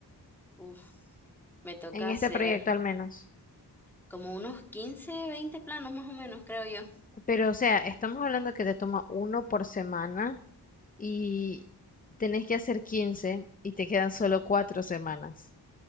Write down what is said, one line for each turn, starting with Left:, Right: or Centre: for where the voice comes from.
Centre: Uf, me toca
Left: en
Centre: hacer
Left: este proyecto al menos?
Centre: como unos 15, 20 planos más o menos, creo yo.
Left: Pero o sea, estamos hablando que te toma uno por semana y tenés que hacer 15 y te quedan solo cuatro semanas.